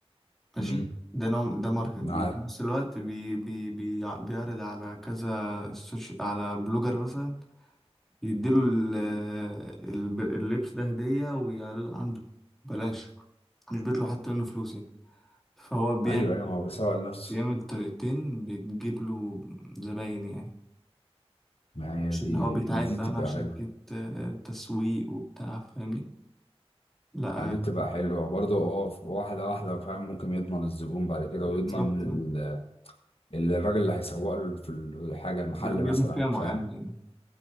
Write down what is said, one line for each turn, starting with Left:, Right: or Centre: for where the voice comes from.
Centre: ماشي
Left: امم
Centre: ده نوع ده ماركتنج
Left: معاك
Centre: وفي نفس الوقت بي بي بي بيعرض على كذا سوشي على بلوجر مثلا يديله ال- ال- اللبس ده هدية ويعرضه عنده بلاش مش بيطلع حتى منه فلوس يعني فهو بيعمل
Left: ايوه ايوه ما هو بيسوق لنفسه
Centre: بيعمل طريقتين بتجيب له زباين يعني
Left: ما هي
Centre: مش
Left: دي
Centre: اللي هو بيتعاقد
Left: دي, دي
Centre: بقى
Left: تبقى
Centre: مع شركة
Left: حلوة
Centre: آه، تسويق وبتاع فاهمني لا
Left: يعني دي
Centre: يعني
Left: بتبقى حلوة برضه اه ف- واحدة واحدة فاهم ممكن يضمن الزبون بعد كده
Centre: بالظبط
Left: ويضمن ال- ال- الراجل اللي هيسوق له في الحاجة المحل
Centre: ب- بيعمل
Left: مثلا
Centre: فئة معينة
Left: فاهم
Centre: يعني